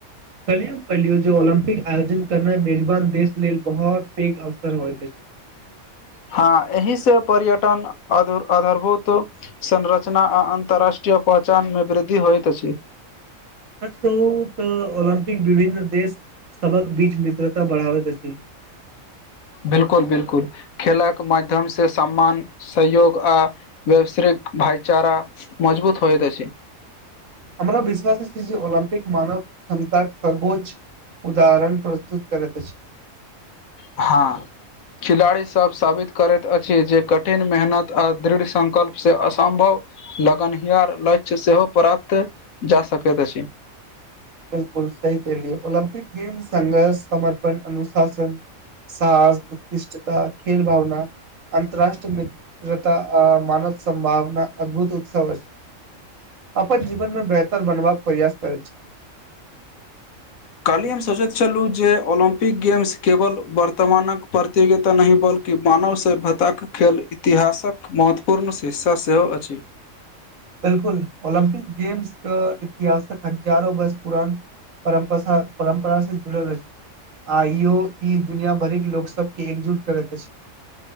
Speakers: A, on the right; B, on the left.
A: कलिय पहिलियो जे ओलम्पिक आयोजन करनाइ मेजबान देश लेल बहुत पेघ अवसर होइत अछि
B: हँ एहि से पर्यटन अध अधारभुत संरचना आ अंतर्राष्ट्रीय पहचान में वृद्धि होइत अछि
A: सच कह तऽ ऑलम्पिक विभिन्न देश सक बीच मित्रता बढ़बैत अछि <inaudible>
B: बिलकुल बिलकुल खेलाक माध्यम से सम्मान सहयोग आ व्यवसयरिक भाईचारा मजबूत होइत अछि
A: हमरा विश्वास छै जे ओलम्पिक मानव क्षमताक सर्वोच्च उदाहरण प्रस्तुत करैत अछि
B: हाँ खिलाड़ीसब साबित करैत अछि जे कठिन मेहनत आ दृढ़ संकल्प से असम्भव लगनहिहार लक्ष्य सेहो प्राप्त जा सकैत अछि
A: बिलकुल सही कहलियै ओलम्पिक गेम संघर्ष समर्पण अनुशासन साहस उतकृष्टता खेल भावना अन्तरराष्ट्रीय मित्रता आ मानव संभावना अद्भुत उत्सव अछि अपन जीवन में बेहतर बनबाक प्रयास करैत छथिन
B: काल्हि हम सोचैत छलहुँ जे ओलम्पिक गेम्स केवल वर्तमानक प्रतियोगिता नहि बल कि मानव सभ्यताक खेल इतिहासक महत्वपूर्ण शिक्षा सेहो अछि
A: बिलकुल ओलम्पिक गेम्स कऽ इतिहासक हजारो वर्ष पुरान परपथा परम्परा से जुड़ल अछी आइयौ ई दुनिया भर के लोग सब के एकजुट करैत अछि